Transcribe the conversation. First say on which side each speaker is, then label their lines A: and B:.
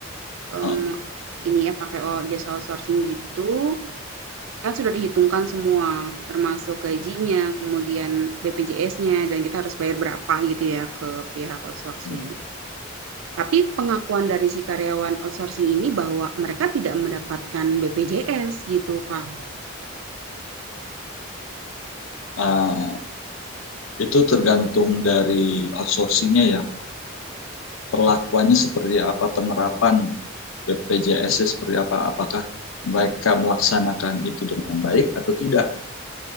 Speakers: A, on the right (about 75°); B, on the left (about 70°).
A: em,
B: Ah,
A: ini ya pakai o- jasa outsourcing gitu, Kan sudah dihitungkan semua, termasuk gajinya, kemudian BPJS-nya, dan kita harus bayar berapa gitu ya ke pihak outsourcing.
B: iya.
A: Tapi pengakuan dari si karyawan outsourcing ini bahwa mereka tidak mendapatkan BPJS gitu, Pak.
B: Ah, itu tergantung dari outsourcingnya ya, perlakuannya seperti apa, penerapan BPJS -nya seperti apa, apakah mereka melaksanakan itu dengan baik atau tidak.